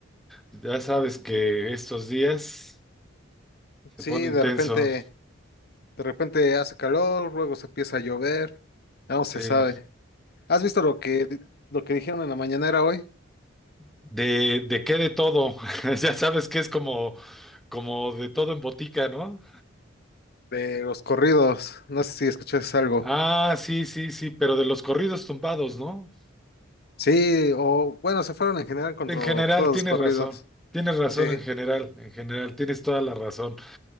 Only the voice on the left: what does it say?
Sí,
de repente, de repente hace calor, luego se empieza a llover, ya no se
sabe. ¿Has visto lo que lo que dijeron en la mañanera hoy
de los corridos? No sé si escuchaste algo.
Sí, o bueno, se fueron en general contra
todos
los corridos.
Sí,